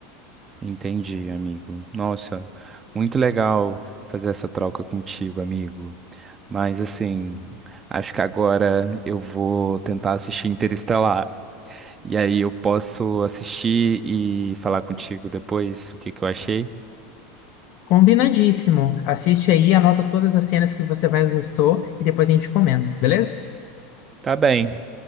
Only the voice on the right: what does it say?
Entendi, amigo. Nossa, muito legal fazer essa troca contigo, amigo. Mas assim, acho que agora eu vou tentar assistir Interestelar. E aí eu posso assistir e falar contigo depois o que que eu achei.
Tá bem.